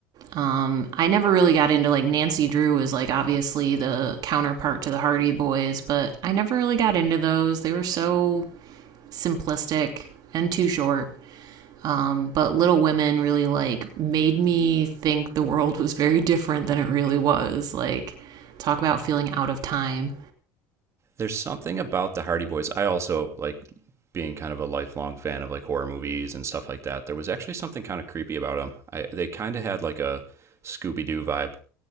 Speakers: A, on the right; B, on the right.
A: Um, I never really got into like Nancy Drew was like obviously the counterpart to the Hardy Boys, but I never really got into those. They were so simplistic and too short. Um, but Little Women really like made me think the world was very different than it really was. Like, talk about feeling out of time.
B: There's something about the Hardy Boys. I also like being kind of a lifelong fan of like horror movies and stuff like that. There was actually something kind of creepy about them. I, they kind of had like a Scooby Doo vibe